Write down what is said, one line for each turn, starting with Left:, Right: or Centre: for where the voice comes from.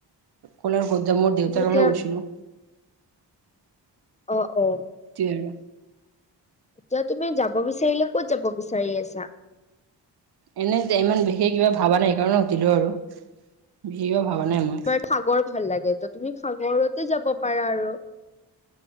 Right: কলাৰ গদাম মোৰ দেউতাৰ
Left: তুমি এতিয়া
Right: কাৰণে গৈছিলো
Left: অ অ
Right: তি আৰু
Left: এতিয়া তুমি যাব বিচাৰিলে কত যাব বিচাৰি আছা
Right: এনে ইমান বিশেষ কিবা ভবা নাই সেইকাৰণে সুধিলো আৰু বিশেষ কিবা ভাবা নাই মই
Left: তোমাৰ সাগৰ ভাল লাগে তেতিয়া তুমি সাগৰতে যাব পাৰা আৰু